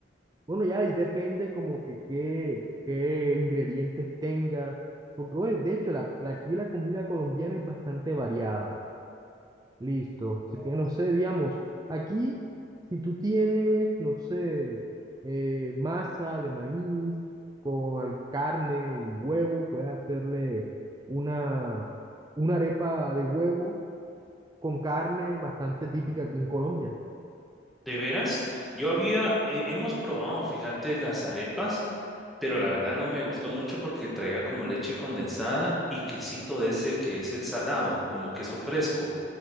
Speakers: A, on the right; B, in the centre.
A: Bueno, ya, ahí depende como que qué, qué ingredientes tengas. Porque, bueno, de hecho, la, la- aquí la comida colombiana es bastante variada. Listo. Así que, no sé, digamos, aquí, si tú tienes, no sé, eh, masa de maíz con al- carne y huevo, puedes hacerle una, una arepa de huevo con carne bastante típica aquí en Colombia.
B: ¿De veras? Yo había, eh, hemos probado, fíjate, las arepas, pero la verdad no me gustó mucho porque traía como leche condensada y quesito de ese que es el salado, como queso fresco.